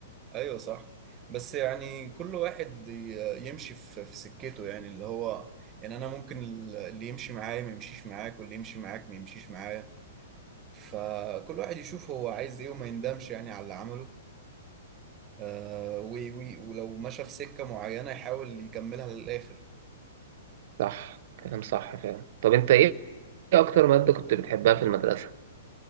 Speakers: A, on the right; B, on the right.
A: ايوه صح بس يعني كل واحد ي- يمشي في في سكته يعني اللي هو يعني انا ممكن ال- اللي يمشي معايا ما يمشيش معاك واللي يمشي معاك ما يمشيش معايا فكل واحد يشوف هو عايز ايه وما يندمش يعني على اللي عمله آه وي- وي- ولو مشى في سكة معينة يحاول يكملها للآخر
B: صح كلام صح فعلا طب أنت إيه إيه أكتر مادة كنت بتحبها في المدرسة؟